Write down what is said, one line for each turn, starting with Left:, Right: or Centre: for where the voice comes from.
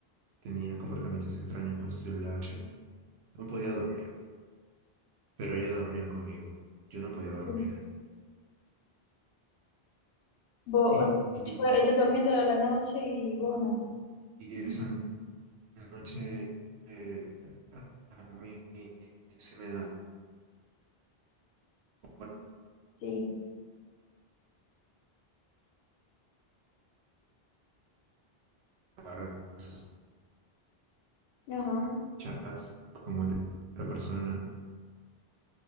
Right: Tenía comportamientos extraños con su celular. No podía dormir, pero ella dormía conmigo. Yo no podía dormir.
Left: Sí. Vos,
Right: Y,
Left: eh,
Right: y-
Left: tipo, ella dormía toda la noche y vos no.
Right: y eso la noche eh, a mí se me da por
Left: Sí.
Right: ver esos
Left: Ajá.
Right: chats con otra persona.